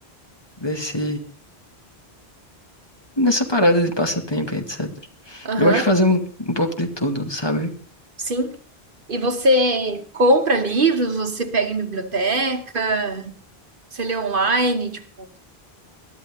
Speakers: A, on the left; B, on the right.
A: desse, nessa parada de passatempo, e etc.
B: Aham,
A: Eu gosto de fazer um, um pouco de tudo, sabe?
B: sim. E você compra livros? Você pega em biblioteca? Você lê online? Tipo...